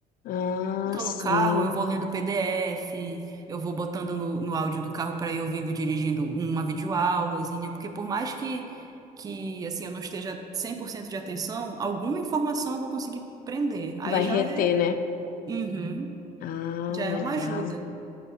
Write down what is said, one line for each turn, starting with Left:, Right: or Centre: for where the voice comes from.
Left: Ah,
Right: Eu tô
Left: sim.
Right: no carro, eu vou lendo PDF, eu vou botando no, no áudio do carro para ir ouvindo dirigindo uma videoaulazinha, porque por mais que que assim eu não esteja 100% de atenção, alguma informação eu vou conseguir prender. Aí
Left: Vai
Right: já
Left: reter,
Right: é,
Left: né?
Right: uhum,
Left: Ah,
Right: já é
Left: legal.
Right: uma ajuda.